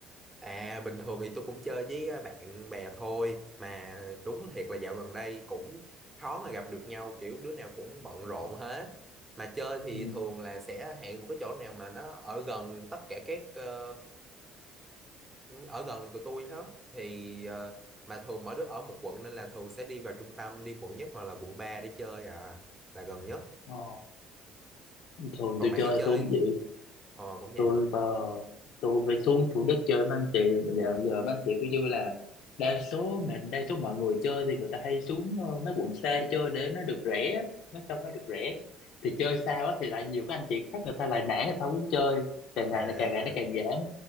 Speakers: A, on the right; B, on the left.
A: À, bình thường thì tôi cũng chơi với ờ, bạn bè thôi. Mà đúng thiệt là dạo gần đây cũng khó mà gặp được nhau, kiểu đứa nào cũng bận rộn hết. Mà chơi thì
B: Ừ.
A: thường là sẽ hẹn một cái chỗ nào mà nó ở gần tất cả các ờ, Ừ, ở gần tụi tôi hết thì ờ, mà thường mỗi đứa ở một quận nên là thường sẽ đi vào trung tâm đi quận nhất hoặc là quận 3 để chơi à là gần nhất
B: Ờ. Thường
A: còn
B: tôi
A: bạn
B: chơi
A: hay chơi
B: tôi cũng vậy
A: ờ cũng vậy
B: tôi
A: hả
B: vào tôi phải xuống Thủ Đức chơi với anh chị bây giờ giờ mấy anh chị cứ như là đa số mà đa số mọi người chơi thì người ta hay xuống ờ, mấy quận xa để chơi để nó được rẻ mấy sân nó được rẻ thì chơi xa quá thì lại nhiều các anh chị khác người ta lại nản người ta không muốn chơi càng ngày
A: à
B: là càng ngày nó càng giảm